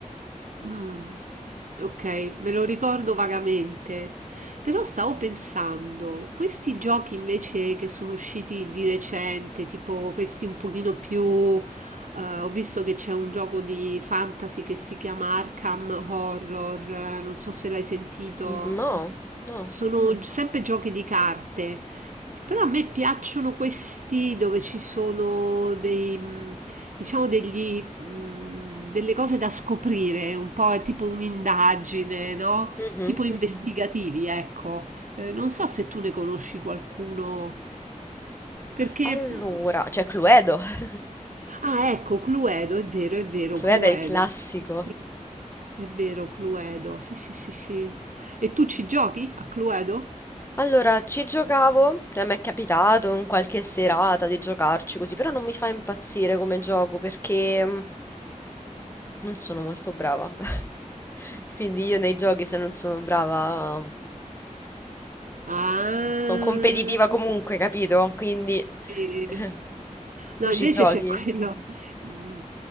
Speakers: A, on the right; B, on the left.
A: Mm, ok, me lo ricordo vagamente. Però stavo pensando, questi giochi invece che sono usciti di recente, tipo questi un pochino più... eh, ho visto che c'è un gioco di fantasy che si chiama Arkham Horror, eh, non so se l'hai sentito.
B: No, no.
A: Sono Mm. gi- sempre giochi di carte, però a me piacciono questi dove ci sono dei, mh, diciamo degli, mh, delle cose da scoprire, un po' è tipo un'indagine, no?
B: Mhm.
A: Tipo Mhm. investigativi, ecco. Eh, non so se tu ne conosci qualcuno, perché...
B: Allora,
A: mm,
B: c'è Cluedo. <laughs>
A: Ah, ecco, Cluedo, è vero, è vero,
B: Cluedo
A: Cluedo,
B: è il classico.
A: Mm. sì, sì, sì, è vero, Cluedo, sì, sì, sì, sì. E tu ci giochi a Cluedo?
B: Allora, ci giocavo, cioè mi è capitato in qualche serata di giocarci così, però non mi fa impazzire come gioco perché mm, non sono molto brava. <laughs> Quindi io nei giochi se non sono brava
A: Ah,
B: Sono competitiva comunque, capito? Quindi
A: sì.
B: <laughs>
A: No,
B: tu
A: invece
B: ci giochi?
A: c'è quello. Mm,